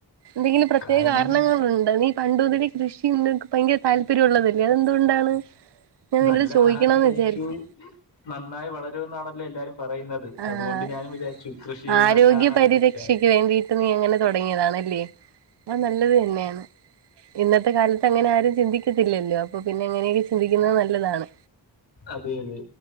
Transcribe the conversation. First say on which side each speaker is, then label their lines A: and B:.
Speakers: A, on the right; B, on the left.
A: എന്തെങ്കിലും പ്രത്യേക
B: കാരണം
A: കാരണങ്ങളുണ്ട് നീ പണ്ടു മുതലെ കൃഷി <unintelligible> ഭയങ്കര താല്പര്യം ഉള്ളതല്ലേ അതെന്തുകൊണ്ടാണ്? ഞാൻ നിന്നോട്
B: നല്ല
A: ചോദിക്കണന്ന്
B: ആഹാരം കഴിക്കൂ
A: വിചാരിച്ചു
B: നന്നായി വളരൂ എന്നാണല്ലോ എല്ലാരും പറയുന്നത്
A: ആഹ്
B: അതുകൊണ്ട് ഞാനും വിചാരിച്ചു കൃഷി ചെയ്ത്
A: ആരോഗ്യ
B: നല്ല ആഹാരം
A: പരിരക്ഷയ്ക്ക്
B: കഴിക്കാന്ന്
A: വേണ്ടിയിട്ട് നീ അങ്ങനെ തുടങ്ങിയതാണല്ലേ അത് നല്ലത് തന്നെയാണ് ഇന്നത്തെ കാലത്ത് അങ്ങനെ ആരും ചിന്തിക്കത്തില്ലല്ലോ അപ്പൊ പിൻ പിന്നെ അങ്ങനെയൊക്കെ ചിന്തിക്കുന്നെ നല്ലതാണ്
B: അതെ അതെ